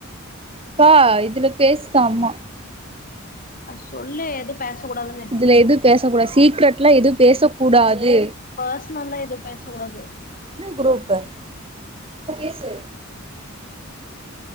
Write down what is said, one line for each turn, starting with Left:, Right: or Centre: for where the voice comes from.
Right: அப்பா இதுல பேசுதா அம்மா
Left: அ சொல்லு எடுப் பேச கூடாதுனு
Right: இதுல எது பேச கூடாது சீக்ரெட்லா எது பேச கூடாது
Left: பஷ்னல்லா எது பேச கூடாது
Right: என்ன குரூப்பு இப்ப பேசு